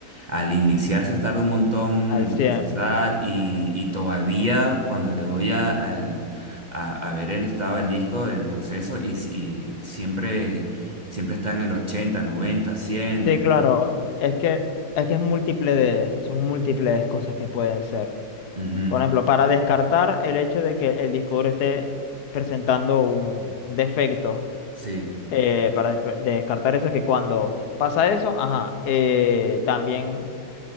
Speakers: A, on the right; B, on the left.
A: al iniciar se tarda un montón
B: Al 100.
A: en procesar y, y todavía cuando le doy a, al- a- a ver el estado del disco, el proceso, y, si- y siempre, siempre está en el 80, 90, 100
B: Sí,
A: y...
B: claro. Es
A: y-
B: que, es que es múltiple de, son múltiples cosas que pueden ser.
A: ujú,
B: Por ejemplo, para descartar el hecho de que el disco duro esté presentando un un defecto,
A: sí,
B: eh, para despe- descartar eso, que cuando pasa eso, ajá, eh, también